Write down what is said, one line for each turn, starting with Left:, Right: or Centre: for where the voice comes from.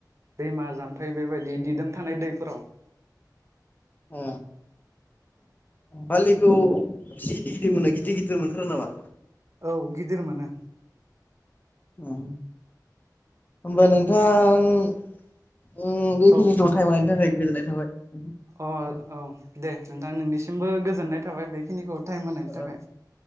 Right: दैमा जाम्फै बेबायदि दिदोम थानाय दैफोराव।
Left: अ ओ बारलिखौ <unintelligible> दिर मोनो गिदिर गिदिर मोनथारो नामा?
Right: औ गिदिर मोनो।
Left: अ होमबा नोंथां उम बेखिनिखौ
Right: औ नोंथां
Left: टाइम होनायनि थाखाय गोजोननाय थाबाय।
Right: अ
Left: ओ
Right: औ दे नोंथां नोंनिसिमबो गोजोननाय थाबाय बेखिनिखौ टाइम होनायनि
Left: ओ
Right: थाखाय